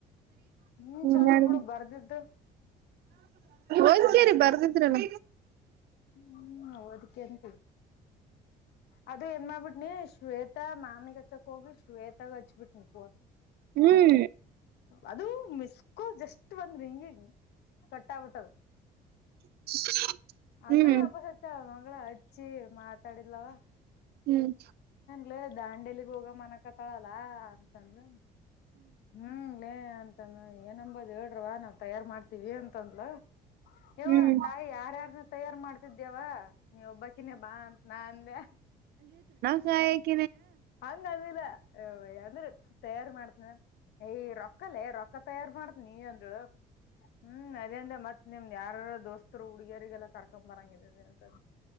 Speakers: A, on the left; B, on the right.
A: ಹ್ಮ್
B: ಒಂದ್
A: ಚಲೋ
B: ಎರಡ್
A: ಬಿಡು
B: ದಿನ
A: ಬರ್ದಿದ್ದು
B: ಒದ ಕೆರಿ ಬರ್ದಿದ್ರಲ
A: ಹ್ಮ್ ಒದಕೆಂತಿವ್ ಅದು ಏನ್ ಮಾಡ್ಬಿಟ್ನಿ ಶ್ವೇತಾ ಮ್ಯಾಮಿಗ್ ಹಚ್ಚಕ್ ಹೋಗಿ ಶ್ವೇತಾಗ ಹಚ್ಬಿಟ್ನಿ ಫೋನ್
B: ಹ್ಮ್
A: ಅದು ಮಿಸ್ಕೋಲ್ ಜಸ್ಟ್ ಒಂದರಿಂಗೀಗ ಕಟ್ಟಗ್ ಬಿಟ್ಟದ
B: <inaudible>
A: ಅಂದ್ರ
B: ಹ್ಮ್
A: ವಾಪಸ್ ಹಚ್ಚಯಾಳ ಮಗಳ ಹಚ್ಚಿ ಮಾತಾಡಿದ್ಲವ
B: ಹ್ಮ್
A: ಲೆ ದಾಂಡೆಲಿಗ್ ಹೋಗಮ ಅನಕತಾಳ ಅಲಾ ಅಂತ ಅಂದ್ಲ ಹ್ಮ್ ಅಲ್ಲೇ ಅಂತಂದ ಏನಂಬೋದ ಹೇಳ್ರವಾ ನಾವ್ ತಯಾರ್ ಮಾಡ್ತೀವಿ ಅಂತಂದ್ಲ ಯವ್ವಾ
B: ಹ್ಮ್
A: ತಾಯಿ ಯಾರ ಯಾರನ್ ತಯಾರು ಮಾಡ್ತಿದ್ದ್ಯಾವ ನೀವ ಒಬ್ಬಕಿನೇ ಬಾ ಅಂತ ನಾ ಅಂದ್ಯ
B: ಕ
A: ಹಂಗ ಅಲ್ಲಿದ ಅ ಅಂದ್ರ ತಯಾರ ಮಾಡ್ತನಿ ಏ ರೊಕ್ಕಲ್ಲೇ ರೊಕ್ಕ ತಯಾರಿ ಮಾಡ್ತನೀ ಅಂದ್ಳ ಹ್ಮ್ ಅದೇ ಅಂದ ಮತ್ ನಿಮ್ದ ಯಾರ ದೋಸ್ತರು ಹುಡುಗರಿಗೆಲ್ಲ ಕರ್ಕೊ ಬರಂಗಿದೀನಿ ಅಂತ್ರೆ